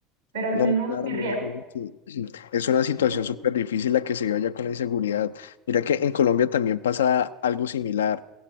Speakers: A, on the right; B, on the left.
A: pero al
B: No,
A: menos
B: claro,
A: mi,
B: me
A: rea-
B: imagino que es una situación
A: Sí.
B: súper difícil la que se vive allá con la inseguridad. Mira que en Colombia también pasa algo similar.